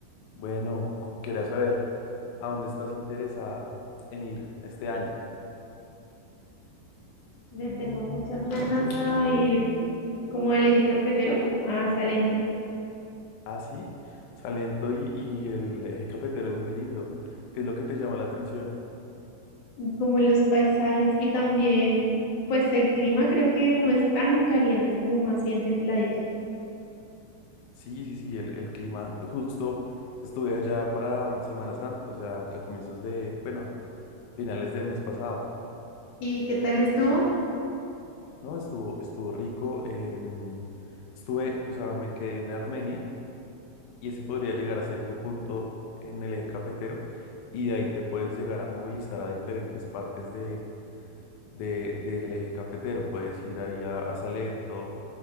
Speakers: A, on the left (about 80°); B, on the left (about 60°).
A: Bueno, cu- quería saber a dónde estás interesada en ir este año.
B: Le tengo muchas ganas a ir como al eje cafetero, a Salento,
A: Ah, sí, Salento y, y el eje cafetero es muy lindo. ¿Qué es lo que te llama la atención?
B: como los paisajes y también, pues el clima creo que no es tan caliente, es como más bien templadito.
A: Sí, sí, sí, el, el clima. Justo estuve allá para um, Semana Santa, o sea, a comienzos de, bueno, finales del mes pasado,
B: ¿Y qué tal estuvo?
A: ¿no? Estuvo, estuvo rico. em, estuve, o sea, me quedé en Armenia y ese podría llegar a ser tu punto en el eje cafetero y de ahí te puedes llegar a movilizar a diferentes partes de de, del eje cafetero. Puedes ir ahí a, a Salento,